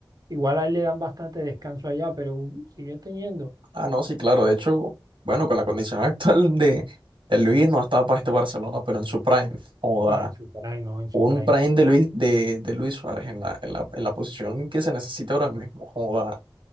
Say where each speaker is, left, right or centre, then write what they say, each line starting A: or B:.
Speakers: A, on the right; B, on the right.
A: igual a él le dan bastante descanso allá, pero uh, sigue teniendo.
B: Ah, no, sí, claro. De hecho, bueno, con la condición <laughs> actual de, de Luis no estaba para este Barcelona, pero en su prime. O
A: Ah, en su prime, no, en su
B: un
A: prime.
B: prime de
A: la
B: Luis,
A: bestia.
B: de, de Luis Suárez en la, en la, en la posición que se necesita ahora mismo. Joda,